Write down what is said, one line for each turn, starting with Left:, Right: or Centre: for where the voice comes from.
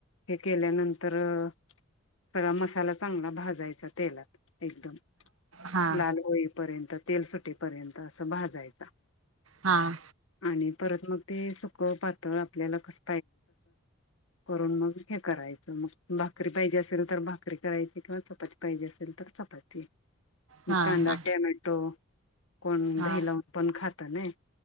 Left: हे केल्यानंतर. <unintelligible> मसाला चांगला भाजायचा तेलात, एकदम
Right: हा
Left: लाल होईपर्यंत तेल सुटेपर्यंत असं भाजायचा.
Right: हां.
Left: आणि परत मग ते सुक्क पातळ आपल्याला कस, करून मग हे करायचं मग भाकरी पाहिजे असेल तर, भाकरी करायची किंवा चपाती पाहिजे असेल तर चपाती म
Right: हा
Left: कांदा
Right: हा
Left: टेम्यटो, कोण
Right: हा
Left: दही लाऊन पण खात नय.